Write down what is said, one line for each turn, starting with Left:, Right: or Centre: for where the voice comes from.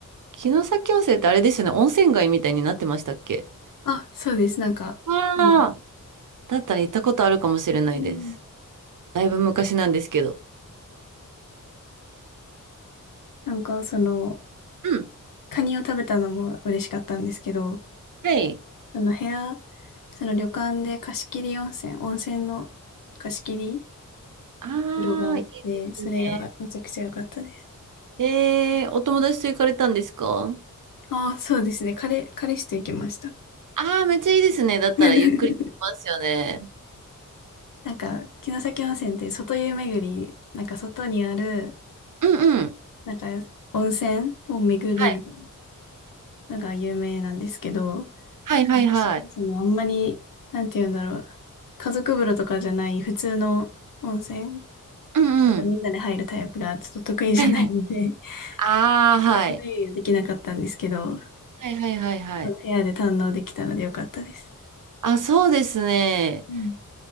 Right: 城崎温泉ってあれですよね。温泉街みたいになってましたっけ
Left: あ、そうです。なんか、
Right: ああ、
Left: うん。
Right: だったら行ったことあるかもしれないです。
Left: うん。
Right: だいぶ昔なんですけど。
Left: なんかその、
Right: うん。
Left: カニを食べたのも嬉しかったんですけど、
Right: はい。
Left: その部屋、その旅館で貸し切り温泉、温泉の貸し切り
Right: あ
Left: 風呂があって、
Right: あ、いいですね。
Left: それがめちゃくちゃ良かったです。
Right: えー、お友達と行かれたんですか
Left: ああ、そうですね。彼、彼氏と行きました。
Right: ああー、めっちゃいいですね。だったらゆっくりできますよね。
Left: <laughs> なんか、城崎温泉って外湯巡り、なんか外にある、
Right: うんうん。
Left: なんか温泉を巡るみたい
Right: はい。
Left: なのが有名なんですけど、
Right: はいはいはい。
Left: 私はそのあんまり、なんて言うんだろう。家族風呂とかじゃない普通の温泉、
Right: うんうん。
Left: なんかみんなで入るタイプがちょっと得意じゃないので、
Right: はいはい。
Left: <laughs>
Right: ああ、
Left: 一人目はできなかったんですけど、
Right: はい。はいはいはいはい。
Left: その部屋で堪能できたのでよかったです。
Right: あ、そうですね。
Left: うん。